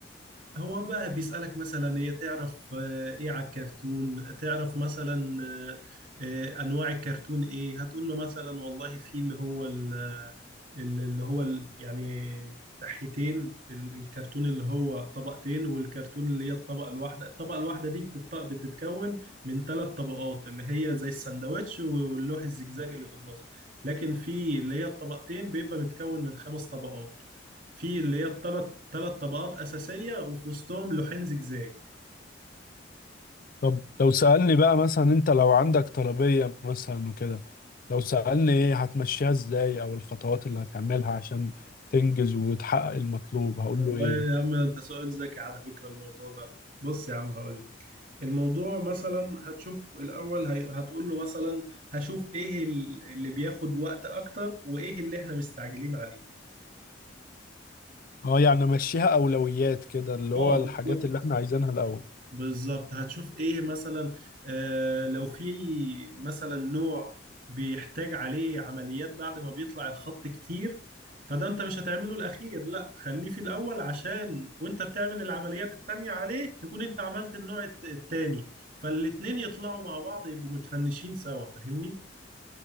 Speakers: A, on the right; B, on the left.
A: هو بقى بيسألك مثلا هي تعرف آه، ايه على الكرتون تعرف مثلا آه، آه، انواع الكرتون ايه هتقول له مثلا والله في اللي هو ال- آه، ال- اللي هو ال- يعني ناحيتين ال- الكرتون اللي هو طبقتين والكرتون اللي هي الطبقة الواحدة الطبقة الواحدة دي بتت- بتتكون من ثلاث طبقات اللي هي زي السندوتش واللوح الزجزاج اللي في النص لكن في اللي هي الطبقتين بيبقى متكون من خمس طبقات في اللي هي الطبق ثلاث طبقات أساسية وفي وسطهم لوحين زجزاج
B: طب لو سألني بقى مثلا انت لو عندك طلبية مثلا وكده لو سألني ايه هتمشيها ازاي او الخطوات اللي هتعملها عشان تنجز وتحقق المطلوب هقول
A: والله
B: له ايه
A: يا عم ده انت سؤال ذكي على فكرة الموضوع ده بص يا عم هقول الموضوع مثلا هتشوف الأول هي... هتقول له مثلا هشوف ايه ال- اللي بياخد وقت أكتر وايه اللي احنا مستعجلين عليه
B: اه يعني امشيها اولويات كده اللي هو
A: اه
B: الحاجات
A: بالظبط
B: اللي احنا عايزينها الاول
A: بالظبط هتشوف ايه مثلا آه لو في مثلا نوع بيحتاج عليه عمليات بعد ما بيطلع الخط كتير فده انت مش هتعمله الاخير لا خليه في الاول عشان وانت بتعمل العمليات التانية عليه تكون انت عملت النوع الت- التاني فالاتنين يطلعوا مع بعض يبقوا متفنشين سوا فاهمني